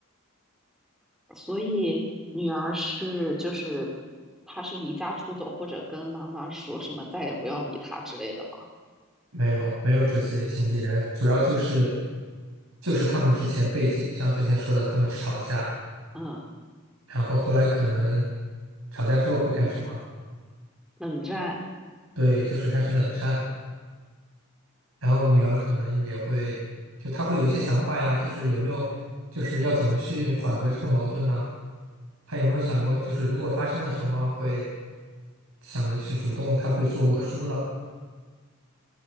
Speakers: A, in the centre; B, on the right.
A: 所以女儿是就是她是离家出走，或者跟妈妈说什么再也不要理她之类的嘛？
B: 没有没有这些情节，主要就是就是他们之前背景，像之前说的，他们吵架，
A: 嗯。
B: 然后后来可能吵架之后会干什么？
A: 冷战
B: 对，就是开始冷战，然后女儿可能也会，就她会有一些想法呀，就是有没有，就是要怎么去缓和这个矛盾呢？她有没有想过，就是如果发生了什么会？想着去主动，他会说我输了。